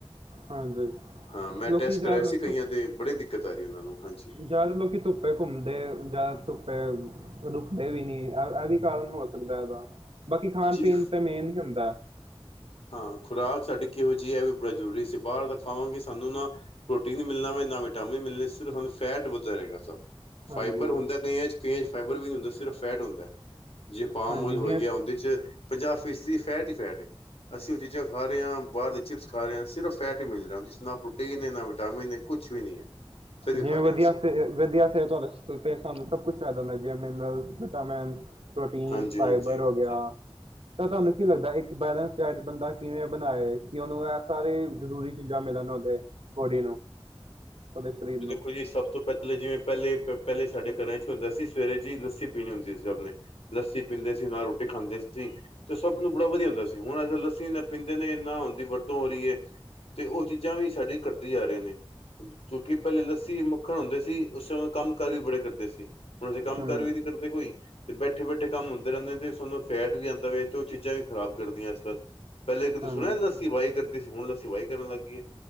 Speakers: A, on the right; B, on the left.
A: ਹਾਂਜੀ
B: ਹਾਂ, ਮੈਂ
A: ਲੋਕੀ
B: ਟੈਸਟ
A: ਜ਼ਿਆਦਾ
B: ਕਰਾਇਆ ਸੀ ਕਈਆਂ
A: ਤੋਂ
B: ਦੇ ਬੜੇ ਦਿੱਕਤ ਆ ਰੀ ਏ ਔਨਾਂ ਨੂੰ, ਹਾਂਜੀ।
A: ਜਾਦਾ ਲੋਕੀ ਧੁੱਪੇ ਘੁੰਮਦੇ, ਜਾਦਾ ਧੁੱਪੇ ਰੁਕਦੇ ਵੀ ਨੀ, ਐ ਐਹ ਵੀ ਕਾਰਨ ਹੋ ਸਕਦੈ ਔਦਾ, ਬਾਕੀ ਖਾਣ-ਪੀਣ
B: ਜੀ
A: ਤੇ ਮੇਨ ਹੀ ਹੁੰਦਾ।
B: ਹਾਂ, ਖੁਰਾਕ ਸਾਡੀ ਕਿਹੋ ਜੀ ਏ ਐ ਵੀ ਬੜਾ ਜ਼ਰੂਰ,। ਅਸੀ ਬਾਰ ਦਾ ਖਾਵਾਂਗੇ ਸਾਨੂੰ ਨਾ ਪ੍ਰੋਟੀਨ ਨੀ ਮਿਲਣਾ ਵੇ,, ਨਾ ਵਿਟਾਮਿਨ ਮਿਲਣੇ, ਸਿਰਫ ਸਾਨੂੰ ਫੈਟ ਵੱਧਦਾ ਰਹੇਗਾ ਸਭ,
A: ਹਾਂਜੀ
B: ਫਾਈਬਰ ਹੁੰਦਾ ਕਈਆਂ ਚ ਕਈਆਂ ਚ ਫਾਈਬਰ ਵੀ ਨੀ ਹੁੰਦਾ, ਸਿਰਫ ਫੈਟ ਹੁੰਦਾ। ਜਿਵੇਂ ਪਾਮ
A: ਹਾਂਜੀ
B: ਔਇਲ ਹੋ
A: ਜਿਵੇਂ
B: ਗਿਆ ਔੰਦੇ ਚ, ਪੰਜਾਹ ਫੀਸਦੀ ਫੈਟ ਹੀ ਫੈਟ ਏ, ਅਸੀਂ ਓਹ ਚੀਜ਼ਾਂ ਖਾ ਰੇ ਆਂ, ਬਾਰ ਦੇ ਚਿਪਸ ਖਾ ਰੇ ਆਂ, ਸਿਰਫ ਫੈਟ ਹੀ ਮਿਲਣਾ ਔੰਦੇ ਚ, ਨਾ ਪ੍ਰੋਟੀਨ। ਹੈ ਨਾ ਵਿਟਾਮਿਨ ਹੈ ਕੁਛ ਵੀ ਨਹੀਂ ਹੈ। ਫਿਰ ਵੀ
A: ਜਿਵੇ
B: ਖਾ ਰਹੇ
A: ਵਧੀਆ
B: ਹਾਂ ਅਸੀਂ
A: <unintelligible> ਵਧੀਆ ਸਿਹਤ ਸਾਨੂੰ ਸਭ ਕੁਛ ਚਾਹੀਦਾ ਹੁੰਦਾ ਜਵੇ ਮਿਨਰਲ ਵਿਟਾਮਿਨ, ਪ੍ਰੋਟੀਨ,
B: ਹਾਂਜੀ
A: ਫਾਈਬਰ
B: ਹਾਂਜੀ
A: ਹੋ
B: ਹਾਂਜੀ।
A: ਗਿਆ, ਤਾਂ ਤੁਹਾਨੂੰ ਕੀ ਲੱਗਦਾ ਇੱਕ ਬੈਲੈਂਸ ਡਾਇਟ ਬੰਦਾ ਕਿਵੇਂ ਬਣਾਏ, ਕਿ ਉਹਨੂੰ ਇਹ ਸਾਰੇ ਜ਼ਰੂਰੀ ਚੀਜ਼ਾਂ ਮਿਲਣ ਉਹਦੇ, ਕੁੜੀ ਨੂੰ, ਉਹਦੇ ਸਰੀਰ ਨੂੰ
B: ਦੇਖੋ ਜੀ ਸਭ ਤੋਂ ਪਹਿਲਾਂ, ਪਹਿਲੇ ਜਿਵੇਂ ਪਹਿਲੇ -ਪਹਿਲੇ ਸਾਡੇ ਘਰਾਂ ਚ ਹੁੰਦਾ ਸੀ, ਸਵੇਰੇ ਜੀ ਲੱਸੀ ਪੀਣੀ ਹੁੰਦੀ ਸੀ ਸਭ ਨੇ, ਲੱਸੀ ਪੀਂਦੇ ਸੀ, ਨਾਲ ਰੋਟੀ ਖਾਂਦੇ ਸੀ। ਤੇ ਸਭ ਨੂੰ ਬੜਾ ਵਧੀਆ ਹੁੰਦਾ ਸੀ। ਹੁਣ ਅੱ ਲੱਸੀ ਨਾ ਪੀਂਦੇ ਨੇ, ਨਾ ਔਦੀ ਵਰਤੋਂ ਹੋ ਰਹੀ ਹੈ। ਤੇ ਉਹ ਚੀਜ਼ਾਂ ਵੀ ਸਾਡੇ ਘੱਟਦੀ ਜਾ ਰਹੇ ਨੇ, ਕਿਉਂਕਿ ਪਹਿਲੇ ਲੱਸੀ ਮੱਖਣ ਹੁੰਦੇ ਸੀ, ਉਸ ਸਮੇਂ ਕੰਮ ਕਾਰ ਵੀ ਬੜੇ ਕਰਦੇ ਸੀ। ਹੁਣ ਅਸੀੇ ਕੰਮ
A: ਹੂੰ
B: -ਕਾਰ ਵੀ ਨੀ ਕਰਦੇ ਕੋਈ, ਤੇ ਬੈਠੇ- ਬੈਠੇ ਕੰਮ ਹੁੰਦੇ ਰਹਿੰਦੇ ਆ, ਤੇ ਸਾਨੂੰ ਫੈਟ ਵੀ ਆਉਂਦਾ ਵੇ ਤੇ ਉਹ ਚੀਜ਼ਾਂ ਵੀ ਖਰਾਬ ਕਰਦੀਆਂ ਅੱਜ -ਕੱਲ੍ਹ, ਪਹਿਲੇ ਕਦੇ
A: ਹਾਂਜੀ
B: ਸੁਣਿਆਦਾੱ ਸੀ ਬਾਈ, ਕਰਦੀ ਸੀ, ਹੁਣ ਲਸੀਵਾਹੀ ਕਰਨ ਲੱਗ ਗਈਏ,